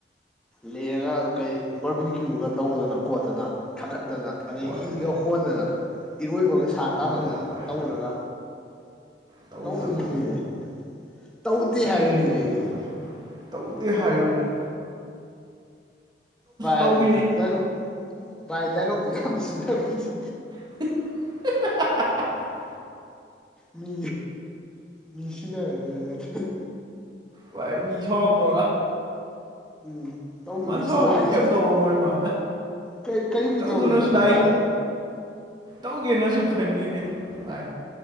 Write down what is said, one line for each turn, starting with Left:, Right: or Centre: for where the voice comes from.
Centre: ꯂꯦꯛꯉꯥꯒ ꯀꯩ ꯕꯔꯕꯤ ꯀ꯭ꯌꯨꯒ ꯇꯧꯗꯅ ꯈꯣꯠꯇꯅ ꯊꯥꯒꯠꯇꯅ ꯑꯗꯩ
Right: ꯍꯣꯏꯅꯦ
Centre: ꯍꯤꯒ ꯍꯣꯟꯗꯅ ꯏꯔꯣꯏꯕꯒ ꯏꯁꯥꯟ ꯇꯥꯟꯅꯗꯅ
Right: ꯍꯣꯏꯅꯦ ꯚꯥꯏ
Centre: ꯇꯧꯔꯒ
Right: ꯇꯧꯗꯅ
Centre: ꯇꯧꯅꯤꯡꯉꯅꯦ ꯇꯧꯗꯦ
Right: ꯇꯧꯅꯤꯡꯉꯤꯕꯅꯦ
Centre: ꯍꯥꯏꯕꯅꯤꯅꯦ
Right: ꯑꯩꯈꯣꯏꯁꯨ
Centre: ꯑꯩꯁꯦ
Right: ꯇꯧꯗꯦ ꯍꯥꯏꯕꯅꯤ
Centre: ꯚꯥꯥꯏ
Right: ꯇꯧꯈꯤꯅꯤ
Centre: ꯗꯅꯣꯞ ꯚꯥꯏ ꯗꯥꯏꯂꯛ ꯌꯥꯝ ꯁꯤꯗꯒꯨꯝꯁꯦ
Right: <unintelligible>
Centre: ꯃꯤ ꯃꯤꯁꯤꯅ <inaudible>
Right: ꯚꯥꯏ ꯃꯤ ꯁꯥꯎꯇꯧꯗꯣ
Centre: ꯎꯝ ꯇꯧꯗꯨꯅꯁꯨ
Right: ꯃꯟꯁꯁꯨ
Centre: ꯂꯥꯛꯏ
Right: ꯀꯩꯃ ꯇꯧꯔꯝ ꯃꯣꯏꯃ
Centre: ꯀꯩ ꯀꯔꯤꯃꯤ
Right: ꯇꯧꯗꯨꯅꯁꯨ
Centre: ꯇꯧꯗꯣꯏꯅꯣꯅꯦ
Right: ꯂꯥꯛꯏ
Centre: ꯃꯥꯅ
Right: ꯇꯧꯒꯦꯅꯁꯨ ꯈꯟꯈꯤꯅꯦ ꯅꯨꯉꯥꯏ